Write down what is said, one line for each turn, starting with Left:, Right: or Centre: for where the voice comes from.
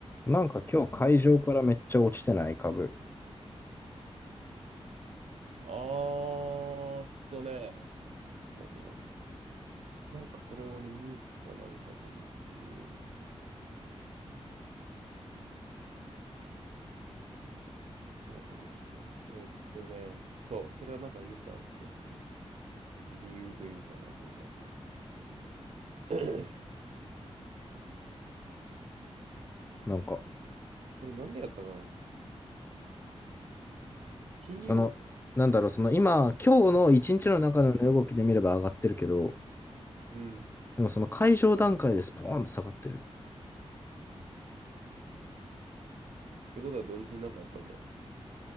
Left: なんか今日会場からめっちゃ落ちてない株。
Right: あーっとね、ちょっと待ってね。なんかそれをねニュースかなんかで見て、ちょっと待ってくださいね。えーっとね、そう、それはなんかで見たんですよ。理由というか、なんというか。<clears throat>
Left: なんか、
Right: これなんでやったかな金利が
Left: その、なんだろう、その今、
Right: うん。
Left: 今日の一日の中の値動きで見れば上がってるけど、
Right: うん。っ
Left: でもその会場段階でスポーンと下がってる。
Right: てことは土日になんかあったんだろうな。